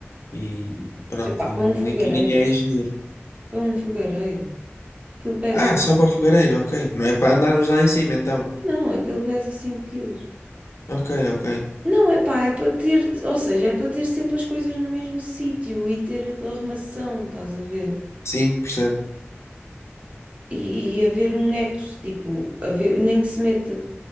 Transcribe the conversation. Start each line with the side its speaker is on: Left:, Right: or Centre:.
Left: E pronto,
Right: Epá,
Left: e
Right: para
Left: nem,
Right: um
Left: nem
Right: fogareiro.
Left: que ninguém é engenheiro.
Right: Para um fogareiro. Aquilo pesa.
Left: Ah, só para o fogareiro, ok. Não é para andarmos lá em cima, então.
Right: Não, aquilo pesa 5 quilos.
Left: Ok, ok.
Right: Não, é pá, é para ter. Ou seja, é para ter sempre as coisas no mesmo sítio e ter arrumação, estás a ver?
Left: Sim, percebo.
Right: E, e haver um nexo, tipo, haver- nem que se meta.